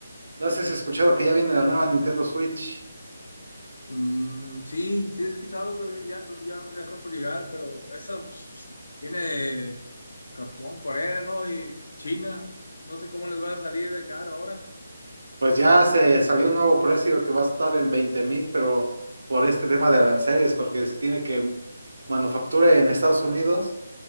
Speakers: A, on the right; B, on the left.
A: no sé si has escuchado que ya viene la nueva Nintendo Switch.
B: Mm, sí, sí he escuchado, creo que ya, ya, ya está por llegar, pero esa pues, viene de Japón, Corea, ¿no? Y China. No sé cómo les va a salir de cara ahora.
A: Pues ya se salió un nuevo precio que va a estar en veinte mil, pero por este tema de aranceles, porque se tiene que manufactura en Estados Unidos